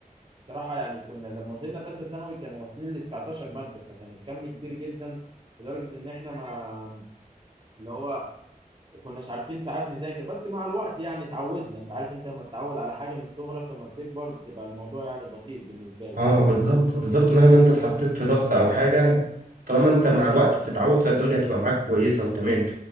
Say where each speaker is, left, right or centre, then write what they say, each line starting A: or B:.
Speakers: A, on the right (about 40°); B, on the right (about 80°).
A: صراحة يعني كنا لما وصلنا ثالثة ثانوي كانوا واصلين ل 19 مادة فكان الكم كبير جدا لدرجة إن إحنا ما اللي هو كناش عارفين ساعات نذاكر بس مع الوقت يعني اتعودنا أنت عارف أنت لما تتعود على حاجة من صغرك لما بتكبر بتبقى الموضوع يعني بسيط بالنسبة لك
B: اه بالظبط بالظبط مهما انت اتحطيت في ضغط او حاجه طالما انت مع الوقت بتتعود فالدنيا تبقى معاك كويسه وتمام